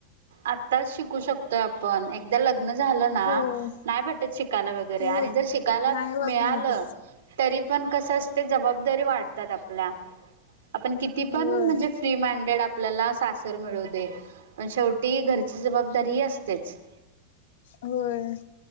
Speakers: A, on the right; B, on the left.
A: आंत्ताच शिकूं शकतोय आपणं एकदाचं लग्नं झालं नां
B: हो
A: नाहीं भेटतं शिकायंला
B: ती
A: वगैरें
B: होत
A: आणि जरं शिकायंला
B: नाही होत
A: मिळालं
B: नाही ती
A: तरी पणं कसं असते जबाबंदारी वाढतांत आपलीं आपणं किती
B: होय
A: पणं म्हणजे फ्री माइंडेड आपल्यांला सासर मिळवून दे पणं शेवटी घरची जबाबंदारी ही असतेचं
B: होयं